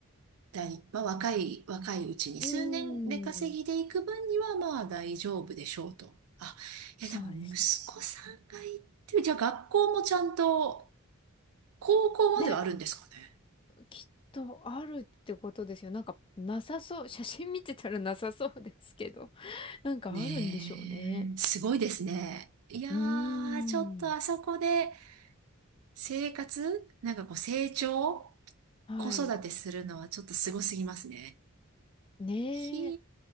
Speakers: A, on the right (about 90°); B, on the left (about 25°).
A: 大、まあ、若い、若いうちに、
B: うー
A: 数年で稼ぎでいく分にはまあ大丈夫でしょうと。
B: ん。
A: あ、いや、
B: そうですね。
A: でも息子さんがいってる、じゃあ学校もちゃんと、高校まではあるんですかね。
B: ね、きっとあるってことですよ。なんかなさそう。写真見てたらなさそうですけど、なんかあるんでしょうね。
A: ねえ、すごいですね。いやー、
B: うーん。
A: ちょっとあそこで生活、なんかこう成長、
B: はい。
A: 子育てするのはちょっとすごすぎますね。
B: ねえ、
A: ひ